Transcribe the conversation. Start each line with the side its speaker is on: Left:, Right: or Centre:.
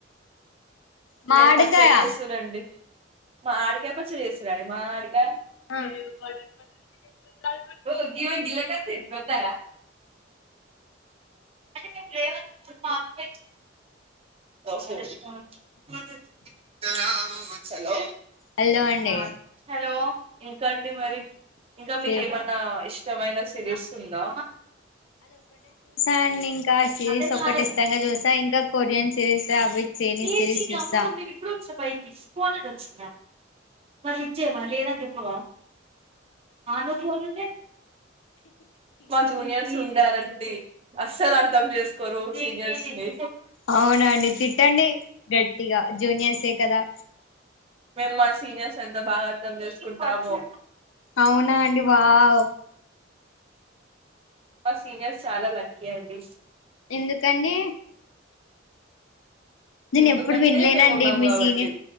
Left: మామిడికాయ
Right: ఏం పచ్చడి చేస్తుందండి మా ఆడికాయ పచ్చి చేస్తురండి మా ఆడికాయ
Left: బ బ చె <unintelligible>
Right: ఓ గీవా గిలా కస్త గతారా లేవ <unintelligible> ఓహో రా <unintelligible> హలో
Left: హలో అండి
Right: ఆ హలో ఇంకాండి మరి ఇంకా మీకు
Left: చెప్
Right: ఏమన్నా ఇష్ట మైననా సిరిస్ ఉందా
Left: అండ్ ఇంకా సిరీస్
Right: అర్థం
Left: ఒక్కటి
Right: కాలేదు
Left: ఇష్టంగా చూస్తా ఇంకా కొరియన్ సిరీస్ అవి చైనీస్
Right: ఏ
Left: సిరీస్ చూస్తా
Right: అ తమ్ మీ కూడా వచ్చప్పయ తీసుకోలని వచ్చిందా మరి ఇచ్చేవా లేదని చెప్పవ అనుభలు ఉండే మా జూనియర్స్ ఉండార అండి అస్ అసలు అర్థం చేసుకోరు సీనియర్స్ ని
Left: అవునండి తిట్టండి గట్టిగా జూనియర్సే కదా
Right: మేము మా సీనియర్స్ అంతా బాగా అర్ధం చేసుకుంటాము.
Left: అవునా అండి వావ్
Right: మా సీనియర్స్ చాలా లక్కీ అండి
Left: ఎందుకండి నేను
Right: ఎందుకంటే
Left: ఎప్పుడు వినలేనండి.
Right: మేము ఉన్నాం
Left: మీ
Right: కాబట్టి
Left: సీనియర్